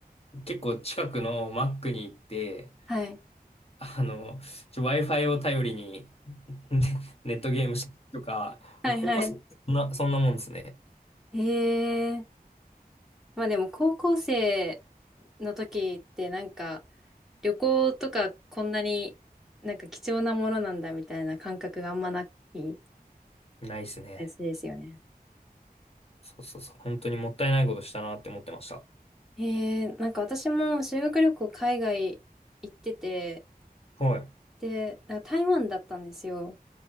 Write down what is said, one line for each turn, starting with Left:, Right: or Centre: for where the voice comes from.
Left: 結構近くのマックに行って、
Centre: はい。
Left: あの、ちょ Wi-Fi を頼りにねネットゲームしてとか、
Centre: はいはい。
Left: 高校生、そんな、そんなもんですね。
Centre: へえー、まあでも高校生の時ってなんか、旅行とかこんなになんか貴重なものなんだみたいな感覚があんまない
Left: ないですね。
Centre: ですよね。
Left: そうそうそう。本当にもったいないことしたなって思ってました。
Centre: えー、なんか私も修学旅行海外行ってて、
Left: はい。
Centre: で、なんか台湾だったんですよ。